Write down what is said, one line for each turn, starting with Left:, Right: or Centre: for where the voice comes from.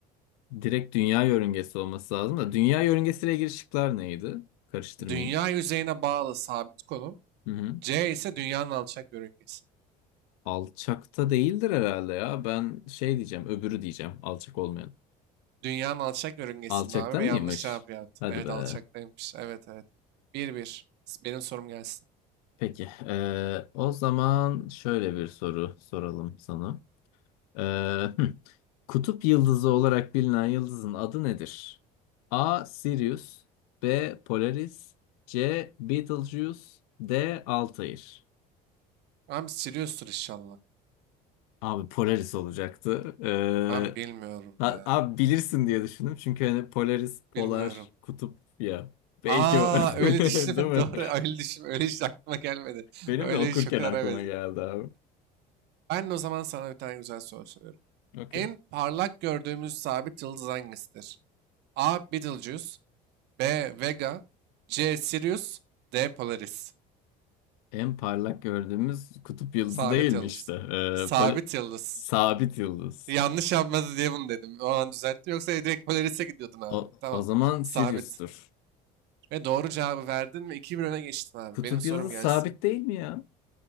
Left: direkt dünya yörüngesi olması lazım da. Dünya yörüngesiyle ilgili şıklar neydi? Karıştırmayayım.
Right: Dünya yüzeyine bağlı sabit konum.
Left: Hı hı.
Right: C ise dünyanın alçak yörüngesi.
Left: Alçakta değildir herhalde ya. Ben şey diyeceğim. Öbürü diyeceğim. Alçak olmayan.
Right: Dünyanın alçak yörüngesinde
Left: Alçakta
Right: abi ve
Left: mıymış?
Right: yanlış cevap yaptın.
Left: Hadi
Right: Evet
Left: be.
Right: alçaktaymış. Evet evet. Bir bir. Benim sorum gelsin.
Left: Peki. Ee, o zaman şöyle bir soru soralım sana. Ee, hmm. Kutup yıldızı olarak bilinen yıldızın adı nedir? A. Sirius B. Polaris C. Betelgeuse D. Altair
Right: Abi Sirius'tur inşallah.
Left: Abi Polaris olacaktı. Ee,
Right: Ben bilmiyorum ya.
Left: a- abi bilirsin diye düşündüm. Çünkü hani Polaris, polar,
Right: Bilmiyorum.
Left: kutup ya. Belki
Right: Aa
Left: o. <laughs>
Right: öyle düşünme.
Left: Değil mi?
Right: <laughs> Doğru öyle düşünme. Öyle hiç aklıma gelmedi.
Left: Benim
Right: Öyle
Left: de okurken
Right: hiç o kadar
Left: aklıma
Right: evet.
Left: geldi abi.
Right: Ben de o zaman sana bir tane güzel soru soruyorum.
Left: Okey.
Right: En parlak gördüğümüz sabit yıldız hangisidir? A. Betelgeuse B. Vega C. Sirius D. Polaris
Left: En parlak gördüğümüz kutup yıldızı
Right: Sabit
Left: değil mi
Right: yıldız.
Left: işte? Ee,
Right: Sabit
Left: pol-
Right: yıldız.
Left: sabit yıldız.
Right: Yanlış yapmadı diye bunu dedim. O an düzelttim. Yoksa direkt Polaris'e gidiyordun abi.
Left: O,
Right: Tamam.
Left: o zaman
Right: Sabit.
Left: Sirius'tur.
Right: Ve doğru cevabı verdin ve iki bir öne geçtin abi.
Left: Kutup
Right: Benim sorum
Left: yıldızı
Right: gelsin.
Left: sabit değil mi ya?